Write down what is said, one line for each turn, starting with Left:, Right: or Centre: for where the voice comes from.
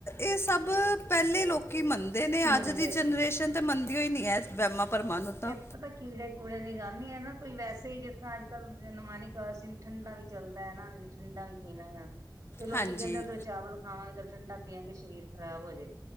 Left: ਇਹ ਸਭ ਪਹਿਲੇ ਲੋਕੀ ਮੰਨਦੇ ਨੇ।
Right: ਮੰਨਦੇ
Left: ਅੱਜ ਦੀ
Right: ਸੀ।
Left: ਜਨਰੇਸ਼ਨ। ਤੇ ਮੰਨਦੀ ਹੋ ਹੀ ਨੀ, ਹੈ ਵਹਿਮਾਂ। ਭਰਮਾਂ ਨੂੰ ਤਾਂ
Right: ਇਹ ਪਤਾ ਕੀੜੇ-ਕੂੜੇ ਨੀ ਗੱਲ ਨਹੀਂ ਹੈ ਨਾ। ਕੋਈ ਵੈਸੇ ਹੀ ਜਿਸ ਤਰ੍ਹਾਂ ਅੱਜ-ਕੱਲ੍ਹ ਨਮਾਨੀਕਾਸਤੀ ਨੂੰ ਠੰਡਾ ਵੀ ਚੱਲਦਾ ਹੈ ਨਾ ਠੰਡਾ ਵੀ ਪੀਣਾ ਆ। ਤੇ ਲੋਕੀ
Left: ਹਾਂਜੀ
Right: ਕਹਿੰਦੇ, ਚਾਵਲ ਖਵਾਂਗੇ ਤੇ ਠੰਡਾ ਪੀਵਾਂਗੇ ਸ਼ਰੀਰ ਖ਼ਰਾਬ ਹੋ ਜਾਏਗਾ।